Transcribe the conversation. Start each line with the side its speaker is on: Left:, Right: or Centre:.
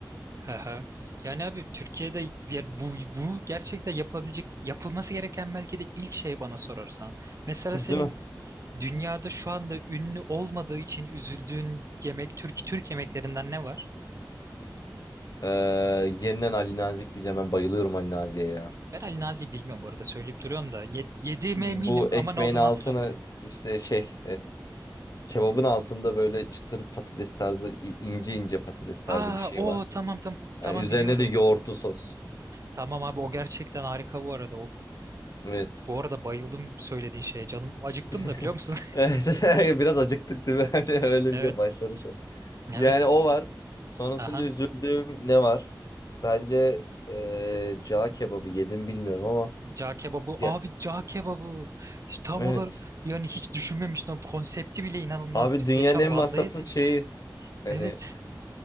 Right: Hı hı. Yani abi Türkiye'de ya bu, bu gerçekten yapılabilecek yapılması gereken belki de ilk şey bana sorarsan. Mesela
Left: Değil
Right: senin
Left: mi?
Right: Dünyada şu anda ünlü olmadığı için üzüldüğün yemek Türk Türk yemeklerinden ne var?
Left: Eee, yeniden Ali Nazik diyeceğim ben bayılıyorum Ali Nazik'e ya.
Right: Ben Ali Nazi'yi bilmiyorum bu arada söyleyip duruyorsun da. Ye- yediğime
Left: Bu
Right: eminim ama
Left: ekmeğin
Right: ne olduğunu
Left: altını
Right: hatırlamıyorum.
Left: işte şey Kebabın altında böyle çıtır patates tarzı, i- ince ince patates tarzı
Right: Aa
Left: bir şey
Right: o
Left: var.
Right: tamam tamam tamam
Left: Yani üzerine
Right: biliyorum.
Left: de yoğurtlu sos.
Right: Tamam abi o gerçekten harika bu arada. O,
Left: Evet.
Right: bu arada bayıldım söylediğin şeye. Canım acıktım
Left: <laughs>
Right: da biliyor musun?
Left: Evet, <laughs> biraz acıktık değil mi? <laughs> Hani
Right: <laughs>
Left: Öyle
Right: Evet.
Left: bir şey başladı şu an.
Right: Evet.
Left: Yani o var. Sonrasında
Right: Aha.
Left: üzüldüğüm ne var? Bence eee cağ kebabı yedim bilmiyorum ama
Right: Cağ kebabı.
Left: ya,
Right: Abi cağ kebabı. İşte tam
Left: evet.
Right: olarak yani hiç düşünmemiştim. Konsepti bile inanılmaz.
Left: Abi
Right: Biz
Left: dünyanın
Right: geçen
Left: en
Right: Van'da
Left: masrafsız
Right: yedik.
Left: şeyi hani
Right: Evet.